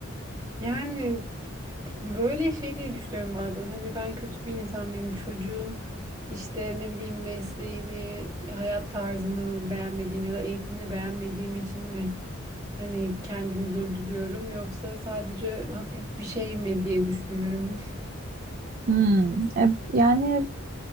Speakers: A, on the right; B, on the right.
A: Yani Böyle şey diye düşünüyorum bazen. Hani ben kötü bir insan mıyım? Çocuğun işte ne bileyim mesleğini, hayat tarzını beğenmediğim ya da eğitimini beğenmediğim için mi hani kendimi durduruyorum yoksa sadece hafif bir şey mi diye düşünüyorum. <laughs>
B: Hmm. E, yani